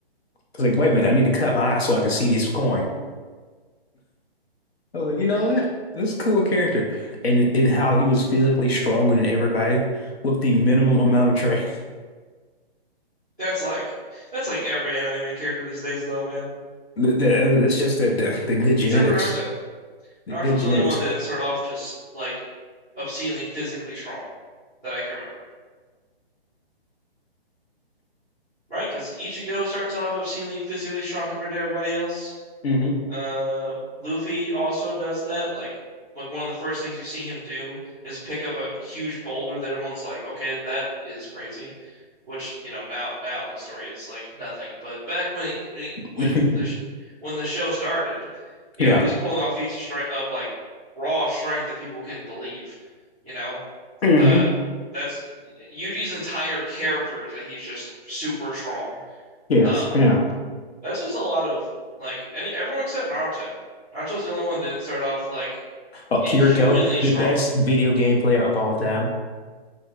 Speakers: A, on the left; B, in the centre.
A: I was like, wait a minute, I need to cut my eyes so I can see this coin. I was like, you know
B: Eh,
A: what? This is a cool character, and and how he was physically stronger than everybody with the minimum amount of training.
B: That's like that's like every anime main character these days though, man.
A: <laughs> Th- th- That's just that the, the good genetics,
B: Except for Naruto.
A: the
B: Naruto's
A: good genetics.
B: the only one that didn't start off just like obscenely physically strong that I can remember. Right? Because Ichigo starts off obscenely physically strong compared to everybody else.
A: hmm
B: Uh, Luffy also does that. Like, like one of the first things you see him do is pick up a huge boulder that everyone's like, "Okay, that is crazy," which you know now now in the story is like nothing. But back when he- when he- when
A: <laughs>
B: the sh- when the show started, you
A: Yeah.
B: know, he was pulling off feats of strength of like raw strength that people couldn't believe. You know,
A: Mhm.
B: uh, that's Yuji's entire character is that he's just super strong.
A: Yes,
B: Um,
A: yeah.
B: that's just a lot of like any everyone except Naruto. Naruto's the only one that didn't start off like
A: Oh,
B: inhumanly
A: Kirito,
B: strong.
A: the best video game player of all time.